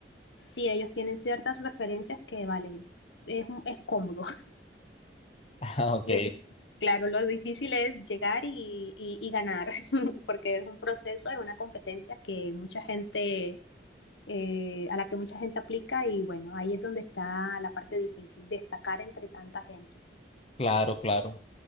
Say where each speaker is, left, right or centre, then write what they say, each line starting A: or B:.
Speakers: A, on the left; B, on the left.
A: Sí, ellos tienen ciertas referencias que, vale, es, es cómodo.
B: <laughs> Ah, ok,
A: <laughs> Claro, lo difícil es llegar y, y- y ganar, <laughs> porque es un proceso, es una competencia que mucha gente, eh, a la que mucha gente aplica y bueno, ahí es donde está la parte difícil, destacar entre tanta gente.
B: claro, claro.